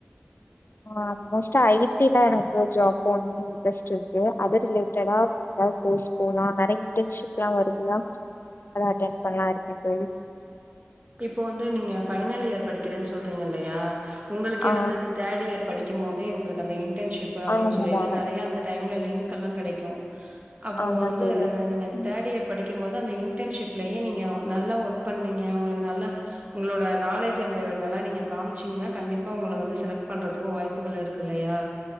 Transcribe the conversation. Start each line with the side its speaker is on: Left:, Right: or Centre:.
Left: ஆ மோஸ்டா ஐ டி ல எனக்கு ஜாப் போணுனு இன்ட்ரெஸ்ட் இருக்கு அது ரிலேட்டடா எதாது கோர்ஸ் போலா நறைய இன்டன்ஷிப்லா வருதுதா அத அட்டென் பண்லா இருக்கே தோழி
Right: இப்போ வந்து நீங்க ஃபைனல் இயர் படிக்கிறேன் சொல்றீங்க இல்லயா உங்களுக்கே
Left: ஆ
Right: வந்து அந்த தேர்ட் இயர் படிக்கும் போதே உங்களுக்கு அந்த இன்டன்ஷிப்பு அப்டின்
Left: ஆமா
Right: சொல்லிட்டு நறைய அந்த டைம்ல லிங்க்கெல்லா கெடைக்கு அப்போ
Left: ஆமா
Right: வந்து
Left: தோழி
Right: நீங்க
Left: ம்.
Right: தேர்ட் இயர் படிக்கும் போது அந்த இன்டன்ஷிப்லயே நீங்க நல்லா ஒர்க் பண்ணீங்க உங்களுக்கு நல்லா உங்களோட நாலேஜ் அங்க நல்லா நீங்க காம்ச்சீங்கன்னா கண்டிப்பா உங்கள வந்து செலக்ட் பண்றதுக்கு வாய்ப்புகள் இருக்கு இல்லயா